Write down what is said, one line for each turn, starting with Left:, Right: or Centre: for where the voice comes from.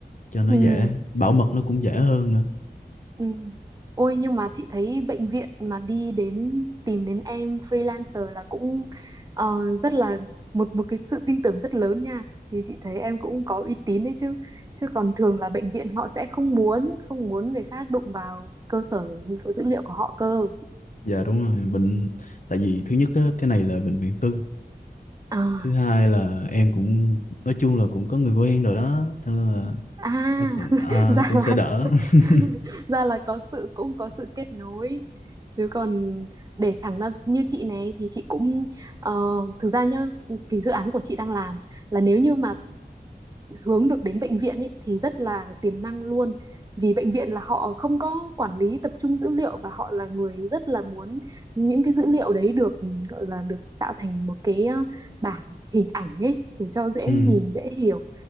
Left: cho nó
Right: ừ
Left: dễ
Right: ừ.
Left: bảo mật nó cũng dễ hơn nữa
Right: Ừ. Ôi nhưng mà chị thấy bệnh viện mà đi đến tìm đến em freelancer là cũng ờ, rất là một một cái sự tin tưởng rất lớn nha. chị chị thấy em cũng có uy tín đấy chứ. Chứ còn thường là bệnh viện họ sẽ không muốn không muốn người khác đụng vào cơ sở dữ liệu của họ cơ.
Left: dạ đúng rồi bệnh tại vì thứ nhất á, cái này là bệnh viện tư
Right: À,
Left: thứ hai là em cũng nói chung là cũng có người quen rồi đó thế nên là
Right: à
Left: nó cũng
Right: <laughs>
Left: à,
Right: ra
Left: nó cũng
Right: là
Left: sẽ đỡ <laughs>
Right: <laughs> ra là có sự cũng có sự kết nối chứ còn để thẳng ra như chị này thì chị cũng ờ, thực ra nhá cái dự án của chị đang làm là nếu như mà hướng được đến bệnh viện ấy, thì rất là tiềm năng luôn vì bệnh viện là họ không có quản lý tập trung dữ liệu và họ là người rất là muốn những cái dữ liệu đấy được gọi là được tạo thành một cái ờ, bảng hình ảnh ấy để cho dễ
Left: ừ.
Right: nhìn dễ hiểu